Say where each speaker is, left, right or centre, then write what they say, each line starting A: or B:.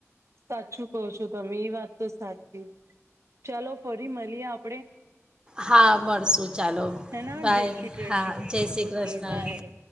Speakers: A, on the right; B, on the right.
A: સાચું કહો છો તમે એ વાત તો સાચી ચાલો ફરી મળી આપ
B: હા મળશું ચાલો
A: હેના
B: બાય
A: જય શ્રી કૃષ્ણ.
B: હા જય શ્રી
A: ઓકે
B: કૃષ્ણ
A: બાય.